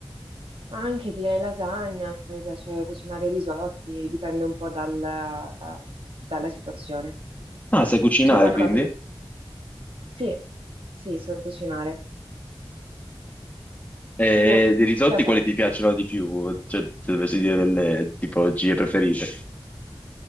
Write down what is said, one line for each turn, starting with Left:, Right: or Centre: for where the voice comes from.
Right: anche direi lasagna, mi piace cucinare risotti, dipende un po' dal- dalla situazione.
Left: Ah, sai cucinare,
Right: C'è qualcosa
Left: quindi?
Right: che... Sì, sì, so cucinare.
Left: E
Right: Tu c-
Left: di risotti
Right: c'è
Left: quali ti piacciono di più? Cioè, se dovessi dire delle tipologie preferite.